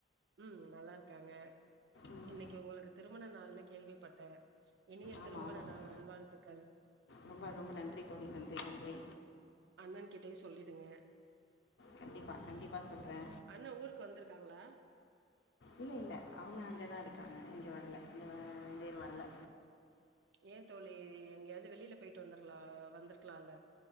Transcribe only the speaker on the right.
ம் நல்லாருக்காங்க
இன்னைக்கு உங்களுக்கு திருமண நாள்னு கேள்விப்பட்டே இனிய
திருமண
நாள் நல்வாழ்த்துக்கள்
அண்ணன் கிட்டயே சொல்லிடுங்க
அண்ண ஊருக்கு வந்ருக்காங்ளா
ஏ தோழி எங்கேயாவது வெளில போயிட்டு வந்தர்லா வந்திருக்லால்ல